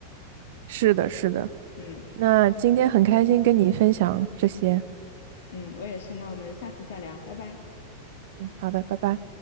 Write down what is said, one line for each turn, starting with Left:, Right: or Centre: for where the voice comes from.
Right: 是的，是的。
Left: 嗯
Right: 那今天很开心跟你分享这些。
Left: 嗯，我也是。那我们下次再聊，拜拜。
Right: 嗯，好的，拜拜。